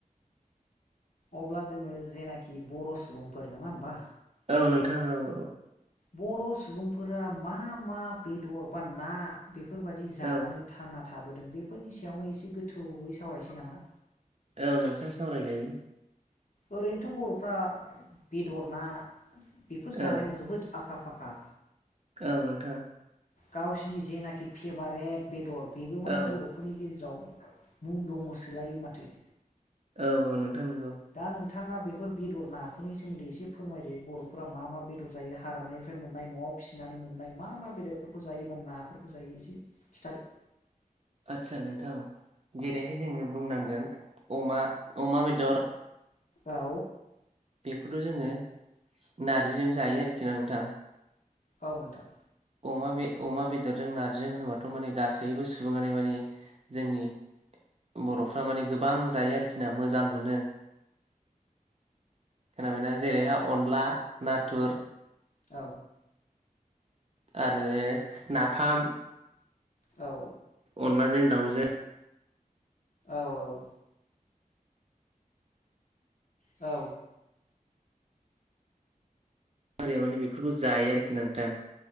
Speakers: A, on the left; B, on the right.
A: अब्ला जोङो जेनाखि बर' सुबुंफोर नङा होमबा?
B: औ नोंथां औ औ
A: बर' सुबुंफोरा मा मा बेदर बा ना बेफोरबायदि जानानै
B: औ
A: थांना थाबोदों बेफोरनि सायावनो एसे गोथौयै सावरायसै नामा?
B: औ नोंथां सावराय जायो
A: ओरैनोथ' बर'फ्रा बेदर ना बेफोर
B: औ
A: जानायाव जोबोद आ खा-फाखा
B: औ नोंथां
A: गावसिनि जेनाखि फेभारेट बेदर बेबो माने
B: औ
A: बर'फोरनि गेजेराव मुं दङ सोलाय माथो
B: औ औ नोंथां नंगौ
A: दा नोंथाङा बेफोर बेदर नाफोरनि सोमोन्दै एसे फोरमायदो बर'फोरा मा मा बेदर जायो हाग्रानिफ्राय मोननाय न'आव फिसिनानै मोननाय मा मा बेदरफोरखौ जायोबा नाफोरखौ जायो एसे खिथादो।
B: आतसा नोंथां जेरैहाय जोङो बुंनांगोन अमा अमा बेदर
A: औ
B: बेखौथ' जोङो नारजिजों जायो आरोखि ना नोंथां।
A: औ नोंथां
B: अमा बे अमा बेदरजों नारजि होनोबाथ' माने गासैबो सुबुङानो माने जोंनि बर'फ्रा माने गोबां जायो आरोखिना मोजां मोनो। खोनाबायना जेरैहाय अनला नाथुर
A: औ
B: आरो नाफाम
A: औ
B: अनलाजों दाउजों
A: औ औ औ
B: हारिया माने बेफोरखौ जायो आरोखि ना नोंथां